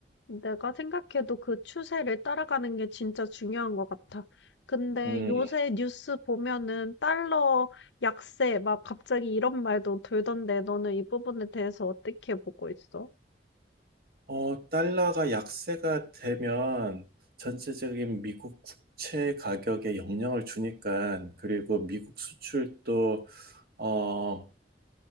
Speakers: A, on the left; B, on the right.
A: 내가 생각해도 그 추세를 따라가는 게 진짜 중요한 것 같아. 근데
B: 음,
A: 요새 뉴스 보면은 달러 약세 막 갑자기 이런 말도 돌던데 너는 이 부분에 대해서 어떻게 보고 있어?
B: 어, 달러가 약세가 되면 전체적인 미국 국채 가격에 영향을 주니까, 그리고 미국 수출도, 어,